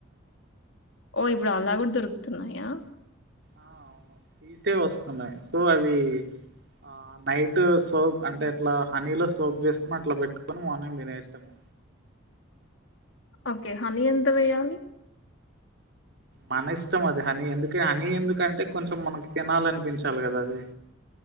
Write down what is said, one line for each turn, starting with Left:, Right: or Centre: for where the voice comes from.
Left: ఓ ఇప్పుడు అలా కూడా దొరుకుతున్నాయా
Right: ఆ అవును తీసే వస్తున్నాయి సో అవి ఆ నైట్ సోప్ అంటే అట్లా హనీలో సోక్ జేసుకుని అట్లా పెట్టుకొని మార్నింగ్ దినేస్తము
Left: ఓకే హనీ ఎంత వెయ్యాలి
Right: మన ఇష్టం అది హనీ ఎందుకే హనీ ఎందుకంటే కొంచెం మనకి తినాలనిపించాలి కదా అది